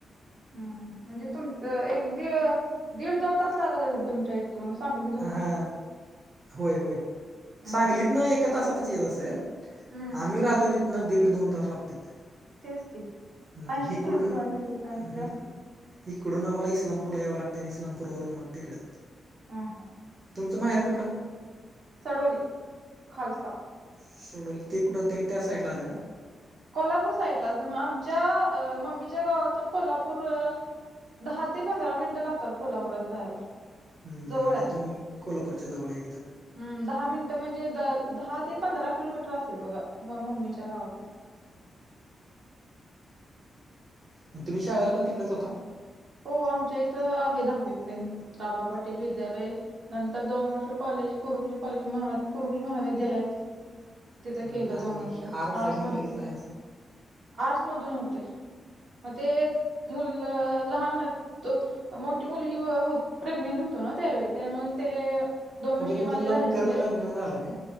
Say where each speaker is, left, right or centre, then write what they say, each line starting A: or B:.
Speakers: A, on the right (about 70°); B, on the right (about 35°).
A: हम. म्हणजे तुमच्या एक दीड दीड दोन तास लागत, असेल तुमच्या इथून. तून सांगली.
B: हा हा.. होय होय
A: हम्म
B: सांगलीत
A: हम्म
B: न एक एका तासांतच येत असंल, ‌
A: हम्म
B: आम्ही राहतो तिथंन दीड दोन तास लागतेत.
A: तेच की
B: हम्म
A: ऐंशी
B: हिकडून
A: किलोमीटर मीटर काय म्हणलं
B: अं हं हिकडून आम्हाला इस्लापूरला यावं लागतं आणि इस्लामपूरवरून मग तिकडं.
A: हा हा.
B: तुमचं माहेर कुठलं.
A: सडोली खालसा
B: सोडल ते कुठं ते त्या साईटला आलं का?
A: कोल्हापूर साईडलाच मग आमच्या अ मम्मीच्या गावातून कोल्हापूर दहा ते पंधरा मिनिटं लागतात, कोल्हापुरात जायला.
B: हम्म
A: जवळ
B: म्हणजे
A: आहे.
B: तुम्ही कोल्हापूरच्या जवळ आहे एकदम.
A: हम्म दहा मिनिटं म्हणजे द-दहा ते पंधरा किलोमीटर असेल बघा म-मम्मीच्या गावातून.
B: आणि तुम्ही शाळेला पण तिकडेच होता.
A: हो आमच्या इथं आहे दहावीपर्यंत. रा बा पाटील विद्यालय. नंतर दोन वर्ष, कॉलेज कुरुकली कॉलेज म कुरुकली महाविद्यालयात. तिथं
B: हम्म,
A: केलं,
B: आणि
A: दोन वर्ष
B: आर्ट साईडने
A: आर्ट्स मध्ये.
B: केली की सायन्स
A: आर्टसमधून होते, मग ते मुलं लहान तो मोठी मुलगी प्रेग्नेंट होतो ना. त्यावेळी त्यामुळे ते, दोन विषय
B: ओके तुमचं
A: माझे
B: लवकर
A: राहिलेलेत.
B: लग्न झालं काय